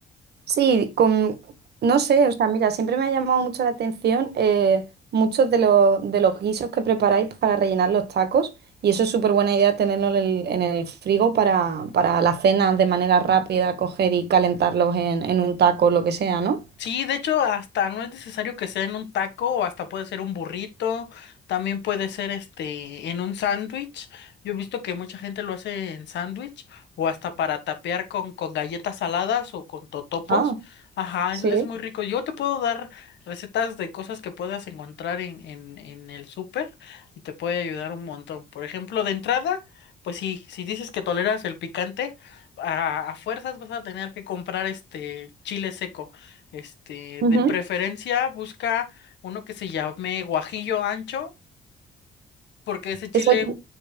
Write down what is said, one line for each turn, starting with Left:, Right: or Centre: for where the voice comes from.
Right: Sí, con, no sé, o sea, mira, siempre me ha llamado mucho la atención eh, muchos de los, de los guisos que preparáis para rellenar los tacos y eso es súper buena idea tenerlo en el, en el frigo para, para las cenas de manera rápida, coger y calentarlos en, en un taco, o lo que sea, ¿no?
Left: Sí, de hecho, hasta no es necesario que sea en un taco, o hasta puede ser un burrito, también puede ser este en un sándwich. Yo he visto que mucha gente lo hace en sándwich, o hasta para tapear con, con galletas saladas o con totopos.
Right: Ah,
Left: Ajá,
Right: sí.
Left: es, es muy rico. Yo te puedo dar recetas de cosas que puedas encontrar en, en, en el súper y te puede ayudar un montón. Por ejemplo, de entrada, pues sí, si dices que toleras el picante, a, a fuerzas vas a tener que comprar este chile seco. Este,
Right: Ujú.
Left: de preferencia busca uno que se llame guajillo ancho, porque ese chile,
Right: Eso aquí